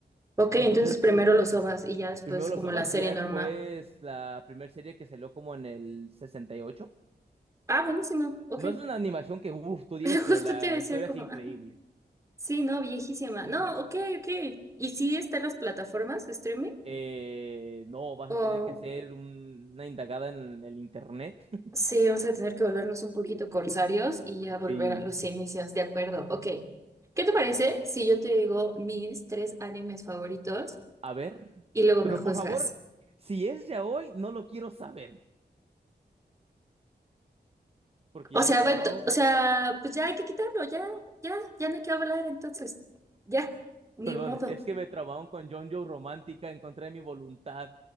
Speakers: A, on the right; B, on the right.
A: Ok,
B: Entonces,
A: entonces primero los OVAs y ya después
B: primero los
A: como
B: ovas
A: la serie
B: y ya después
A: normal.
B: la primera serie que salió como en el 68.
A: Ah, buenísimo, ok.
B: No es una animación que, uff, tú
A: <laughs>
B: digas,
A: Justo
B: pero la
A: te iba a decir
B: historia
A: como,
B: es increíble.
A: ah, sí, no, viejísima. No, ok, ok. ¿Y sí están las plataformas de streaming?
B: Eh, no, vas
A: ¿O...?
B: a tener que hacer un- una indagada en el internet. <laughs>
A: Sí, vamos a tener que volvernos un poquito corsarios y ya volver
B: Sí,
A: a los inicios. De acuerdo, ok. ¿Qué te parece si yo te digo mis tres animes favoritos
B: A ver,
A: y luego
B: pero
A: me juzgas?
B: por favor, si es ya hoy, no lo quiero saber, porque
A: O
B: ya
A: sea,
B: me traumaron,
A: bueno, t- o sea, pues ya hay que quitarlo, ya, ya, ya no hay que hablar entonces. Ya, ni
B: perdón,
A: modo.
B: es que me traumaron con John Joe Romántica en contra de mi voluntad.